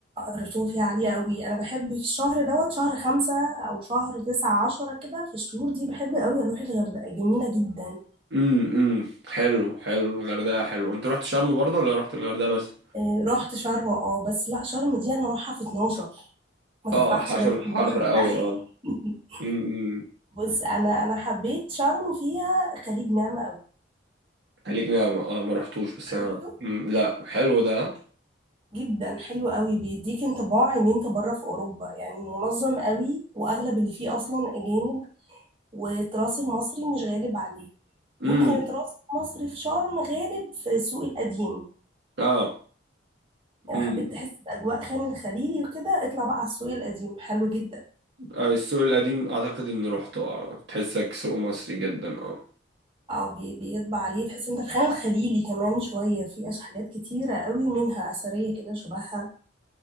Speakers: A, on the right; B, on the right.
A: الرطوبه فيها عاليه قوي انا بحب في الشهر دوت شهر خمسة او شهر تسعة عشرة كده في الشهور دي بحب قوي اروح الغردقه جميله جدا
B: امم امم حلو حلو الغردقة حلو انت روحت شرم برضه ولا روحت الغردقة بس؟
A: آه، رحت شرم اه بس لا شرم دي انا اروحها في 12 ما
B: اه
A: تطرحش
B: عشان
A: غير في 12
B: حر قوي
A: فعلا
B: اه
A: <laughs>
B: امم
A: بص انا انا حبيت شرم فيها خليج نعمة قوي
B: خليج لا ما- اه ما رحتوش بس انا
A: رحته
B: مم، لا حلو ده
A: جدا حلو قوي بيديك انطباع ان انت بره في اوروبا يعني منظم قوي واغلب اللي فيه اصلا اجانب والتراث المصري مش غالب عليه
B: امم
A: يمكن التراث المصري في شرم غالب في السوق القديم يعني
B: اه
A: لو
B: امم
A: حبيت تحس باجواء خان الخليلي وكده اطلع بقى على السوق القديم حلو جدا
B: آه السوق القديم اعتقد اني روحته اه تحسك سوق مصري جدا اه
A: اه بي- بيطبع عليه تحس انت في خان الخليلي كمان شويه في أش- حاجات كتيره قوي منها اثريه كده شبهها